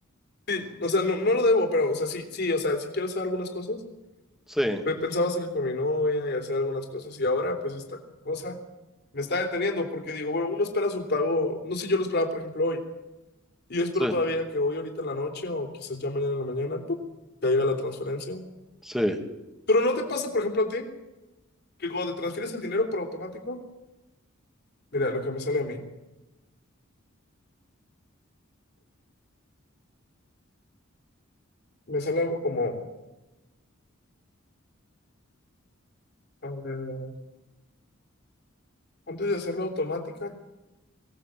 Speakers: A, on the left; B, in the centre.
A: Sí, o sea, no, no lo debo, pero, o sea, sí, sí, o sea, sí quiero hacer algunas cosas.
B: Sí,
A: Pe- Pensaba salir con mi novia y hacer algunas cosas y ahora pues esta cosa me está deteniendo porque digo, bueno, uno espera su pago, no sé, yo lo esperaba por ejemplo hoy y yo espero
B: sí,
A: todavía que hoy ahorita en la noche o quizás ya mañana en la mañana, ¡pum!, caiga la transferencia.
B: sí,
A: Pero ¿no te pasa por ejemplo a ti que cuando te transfieres el dinero por automático? Mira, lo que me sale a mí, me sale algo como, a ver, antes de hacerla automática,